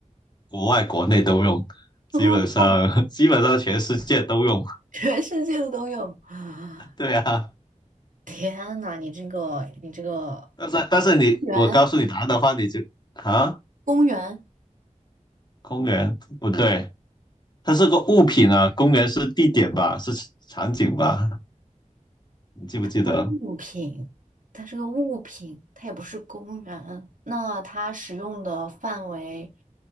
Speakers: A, on the left; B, on the right.
A: 国外国内都用，基本上
B: 哦，
A: <laughs> 基本上全世界都用。
B: 全世界的都有。<laughs>
A: <laughs> 对啊。
B: 天呐，你这个你这个
A: 但是但是你，
B: 园
A: 我告诉你答案的话，你就啊，
B: 公园。
A: 公园不对，它是个物品啊，公园是地点吧，是场景吧？你记不记得？
B: 物品，它是个物品，它也不是公园。那它使用的范围，